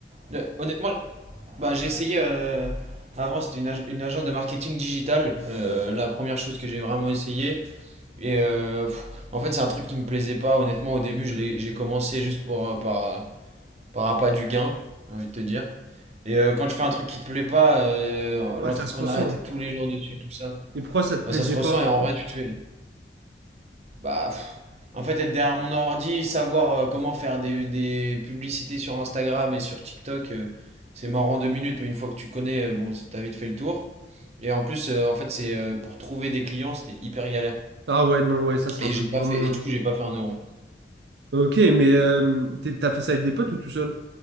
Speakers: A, on the right; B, on the right.
A: le- honnêtement, bah j'ai essayé. euh, Avant, c'était une, ag- une agence de marketing digital, euh, la première chose que j'ai vraiment essayé. Et euh, pff, en fait, c'est un truc qui me plaisait pas. Honnêtement, au début, je l'ai- j'ai commencé juste pour euh, par par appât du gain, j'ai envie de te dire. Et euh, quand tu fais un truc qui te plaît pas, euh,
B: Ouais,
A: l'entrepreneuriat,
B: ça se ressent.
A: t'es tous les jours dessus, tout ça.
B: Et pourquoi ça te plaisait
A: Bah, ça se ressent
B: pas?
A: et en vrai, tu te fais. Bah, pff, en fait, être derrière mon ordi, savoir euh, comment faire des, des publicités sur Instagram et sur TikTok, euh, c'est mort en deux minutes, mais une fois que tu connais, euh, bon, t'as vite fait le tour. Et en plus, euh, en fait, c'est euh, pour trouver des clients, c'était hyper galère.
B: Ah ouais, non, ouais, ça, c'est
A: Et
B: un truc
A: j'ai pas
B: vraiment.
A: fait, et du coup, j'ai pas fait un euro.
B: Ok, mais euh, t'es- t'as fait ça avec des potes ou tout seul?